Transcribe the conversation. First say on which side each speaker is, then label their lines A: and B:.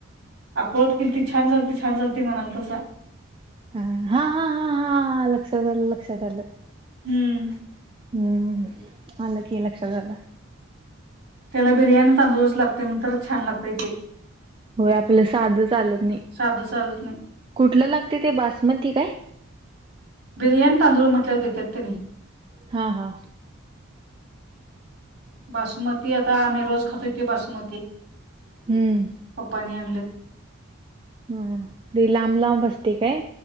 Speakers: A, on the right; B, on the right.
A: आकोळात केलती छान झालती छान झालती म्हणालतासा
B: ह हा हा हा हा लक्षात आलं लक्षात आलं
A: हम्म.
B: हम्म आलं की लक्षात आलं
A: त्याला बिर्याणी तांदुळ च लागते नंन्तरच छान लागतेय ते
B: होय आपलं साध चालत नाही
A: साधं चालत नाही
B: कुठलं लागते ते बासमती काय
A: बिर्याणी तांदूळ म्हटल्यावर देतात त्यानी
B: हा हा
A: बासमती आता आम्ही रोज खातोय त्यो बासमती
B: हम्म
A: पप्पानी आणलेत
B: हा हा ते लांब लांब असते काय